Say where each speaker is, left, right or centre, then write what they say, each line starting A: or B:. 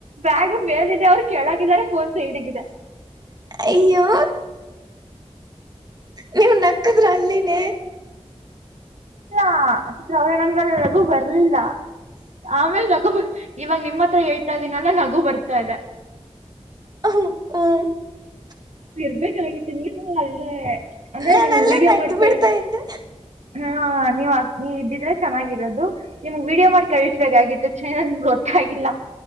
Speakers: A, on the right (about 80°); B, on the right (about 35°).
A: ಬ್ಯಾಗ್ ಮೇಳದಿದೆ ಅವ್ರು ಕೆೇಳಗಿದ್ದಾರೆ ಫೋನ್ಸ ಸೈಡಗಿದೆ
B: ಅಯ್ಯೋ ನೀವು ನಕ್ಕದ್ರ ಅಲ್ಲಿನೇ
A: ಹಾತ್ರ ಅವ್ರ ನಂಗ ನನಗು ಬರ್ಲಿಲ್ಲ ಆಮೇಲೆ ನಗು ಇವಾಗ ನಿಮ್ಮ ಹತ್ರ ಹೇಳ್ತಾ ಇದೀನ ನಗು ಬರ್ತಾದೆ
B: ಹ್ಮ್
A: ಇರ್ಬೇಕಾಗಿತ್ತು ಅ ಅಂದ್ರೆ
B: ನಾನು
A: ನಿಮಗ್
B: ಅಲ್ಲೇ
A: ವೀಡಿಯೋ
B: ನಗ್ದು
A: ಮಾಡ್ತೇವೆ
B: ಬಿಡ್ತಾ ಇದ್ದೆ
A: ಹಾ ನೀವ್ ನೀ ಇದ್ದಿದ್ರೆ ಚೆನ್ನಾಗಿರೋದು ನಿಮ್ಗ್ ವಿಡಿಯೋ ಮಾಡಿ ಕಳಿಸ್ಬೇಕಾಗಿತ್ತು ಚ ಗೊತ್ತಾಗಿಲ್ಲ